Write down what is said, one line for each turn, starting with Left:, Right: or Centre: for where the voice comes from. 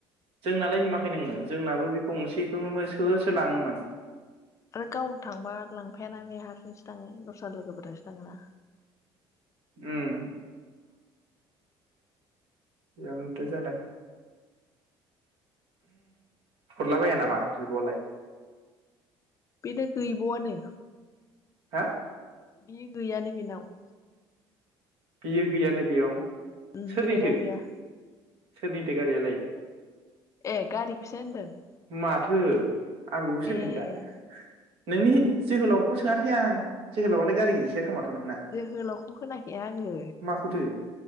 Right: जोंनालाय आया नोङो जोंनाबो बे गंसेखौ सोर सोर लाङोमोन
Left: आरो गाव थांबा लांफायाना बे हारसिंसो थाङो दस्रा लोगोफोरजोंसो थाङोना
Right: उम बेयावनोथ' जादों हरलाबाया नामा बिब'आलाय?
Left: बेना गैबावानो
Right: हा?
Left: बियो गैयानो बेनाव
Right: बियो गैयानो बेयाव
Left: उमहो
Right: सोरनिथो
Left: बेनाव गैया।
Right: सोरनिथो गारियालाय?
Left: ए गारिखौसो होनदों?
Right: माथो। आं बेखौसो होनदों
Left: ए
Right: दा। नोंनि जोहोलावखौ सोङाखै आं। जोहोलावालाय गारि गैखाया खोमाथ' नोंना
Left: जोहोलावखौ होनाखै आङो
Right: माखौथो